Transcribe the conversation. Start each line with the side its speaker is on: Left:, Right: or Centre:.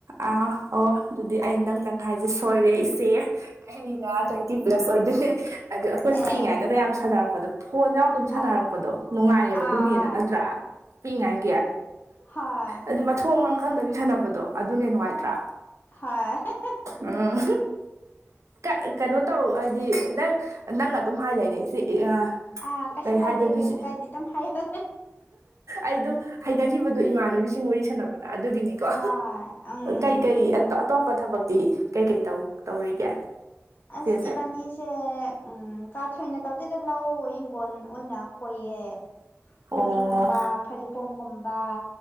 Right: ꯑꯥ ꯑꯣ ꯑꯗꯨꯗꯤ ꯑꯩ ꯅꯪ ꯅꯪ ꯍꯥꯏꯁꯦ ꯁꯣꯏꯔꯦ ꯏꯆꯦ ꯑꯩꯅ ꯇ꯭ꯋꯦꯟꯇꯤ ꯄ꯭ꯂꯁ ꯑꯣꯏꯗ‌ꯣꯏꯅꯦ ꯑꯗꯨ ꯑꯩꯈꯣꯏꯅ
Left: ꯑꯦ
Right: ꯄꯤꯛꯏꯉꯩꯗꯒ ꯌꯥꯝ ꯁꯥꯟꯅꯔꯛꯄꯗꯣ ꯐꯣꯟ ꯌꯥꯎꯗꯣꯏ
Left: ꯑꯥ
Right: ꯁꯥꯟꯅꯔꯛꯄꯗꯣ ꯅꯨꯡꯉꯥꯏꯌꯦꯕ
Left: ꯑꯥ
Right: ꯑꯗꯨꯅꯦꯅ ꯅꯠꯇ꯭ꯔꯥ ꯄꯤꯛꯏꯉꯥꯏꯒꯤ
Left: ꯍꯣꯏ ꯍꯣꯏ
Right: ꯑꯗꯨ ꯃꯊꯣꯡ ꯃꯔꯝ ꯈꯪꯗꯕꯤ ꯁꯥꯟꯅꯕꯗꯣ ꯑꯗꯨꯅꯦ ꯅꯨꯡꯉꯥꯏꯇ꯭ꯔꯥ
Left: ꯍꯣꯏ
Right: ꯎꯝ ꯀ ꯀꯩꯅꯣ ꯇꯧ ꯍꯥꯏꯗꯤ ꯅꯪ ꯅꯪꯅ ꯑꯗꯨꯝ ꯍꯥꯏ ꯂꯩꯔꯦ ꯑꯩꯁꯦ ꯑꯥ
Left: ꯑꯥ ꯀꯩꯁꯨ
Right: ꯀꯩ
Left: ꯀꯥꯏꯗꯦ
Right: ꯍꯥꯏꯗꯅꯣ
Left: ꯀꯩꯁꯨ
Right: ꯁꯤ
Left: ꯀꯥꯏꯗꯦ ꯑꯗꯨꯝ ꯍꯥꯏꯌꯣ
Right: ꯑꯩꯗꯨꯝ ꯍꯩꯅꯈꯤꯕꯗꯣ ꯏꯃꯥꯟꯅꯕꯤꯁꯤꯡ ꯋꯥꯔꯤ ꯁꯥꯟꯅꯕꯗ ꯑꯗꯨꯒꯤꯅꯤ ꯅꯤꯀꯣ
Left: ꯍꯣꯏ ꯎꯝ
Right: ꯀꯩꯀꯩ ꯑꯇꯣ ꯑꯇꯣꯞꯄ ꯊꯕꯛꯇꯤ ꯀꯩꯀꯩ ꯇꯧ ꯇꯧꯔꯤꯒꯦ ꯏꯆꯦꯁꯦ
Left: ꯑꯁ ꯏꯕꯥꯅꯤꯁꯦ ꯎꯝ ꯀꯥ ꯊꯣꯏꯅ ꯇꯧꯗꯦꯗ ꯂꯧ ꯍꯤꯡꯒꯣꯜ ꯑꯣꯏꯅ ꯀꯣꯏꯌꯦ ꯀꯣꯕꯤꯒꯨꯝꯕ
Right: ꯑꯣ
Left: ꯐꯗꯤꯒꯣꯝꯒꯨꯝꯕ